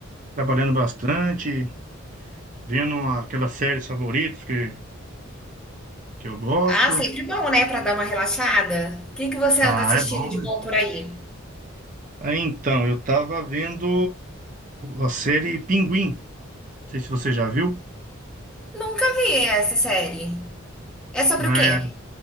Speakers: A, on the right (about 35°); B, in the centre.
A: trabalhando bastante, vendo aquelas séries favoritas que, que eu gosto.
B: Ah, sempre bom, né, Pra dar uma relaxada. O que que você
A: Ah,
B: anda assistindo
A: é bom,
B: de
A: né?
B: bom por aí?
A: Ah, Então, eu tava vendo a série Pinguim. Não sei se você já viu.
B: Nunca vi essa série. É sobre
A: né?
B: o quê?